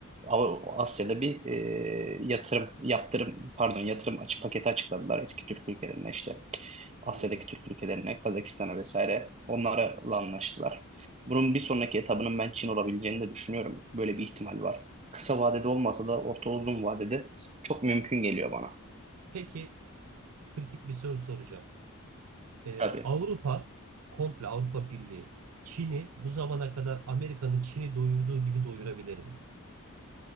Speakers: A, on the right; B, on the right.
A: Av- Asya'da bir e, yatırım yaptırım pardon yatırım açı paketi açıkladılar eski Türk ülkelerine işte Asya'daki
B: Hmm.
A: Türk ülkelerine Kazakistan'a vesaire onlarla anlaştılar. Bunun bir sonraki etabının ben Çin olabileceğini de düşünüyorum. Böyle bir ihtimal var. Kısa vadede olmasa da orta uzun vadede çok mümkün geliyor bana.
B: Peki kritik bir soru soracağım. Ee,
A: Tabii.
B: Avrupa, komple Avrupa Birliği, Çin'i bu zamana kadar Amerika'nın Çin'i doyurduğu gibi doyurabilir mi?